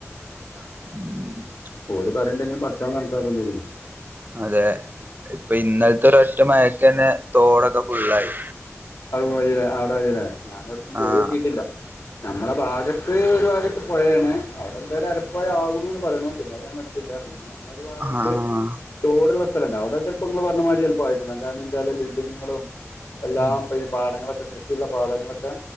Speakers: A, on the right; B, on the left.
A: ഉം
B: ഓല് പറിണെണ്ടെങ്കിലും പട്ച്ചോൻ കണക്കാക്കണ്ടേരല്ലൊ
A: അതേ. ഇപ്പൊ ഇന്നൽത്തെ ഒരറ്റ മഴക്കെന്നെ തോടൊക്കെ ഫുള്ളായി
B: <unintelligible> ഞാൻ എവട്ക്കും പോയോകീട്ട്ല്ല
A: ആഹ്
B: നമ്മള ഭാഗത്ത് ഒരു ഭാഗത്ത് പൊഴേണ് അവ്ടെ എന്തര അരപ്പൊഴ ആവ്‌ണൂന്ന് പറിണു പിന്നെ ഞാൻ <unintelligible> പിന്നെ നമ്മള ഒരു ഭാഗത്ത്
A: ആഹ്
B: തോട്ള്ള സ്ഥലംണ്ട് അവടെ ചെൽപ്പൊ ഇങ്ങള് പർഞ്ഞ മാരി ചെൽപ്പായിട്ട്ണ്ടാവും കാര്ണം എന്തേച്ചാൽ ബിൽഡിങ്ങുകളും എല്ലാം
A: ഉം
B: ഇപ്പം ഈ പാടങ്ങളൊക്കെ കൃഷിള്ള പാടങ്ങളൊക്കെ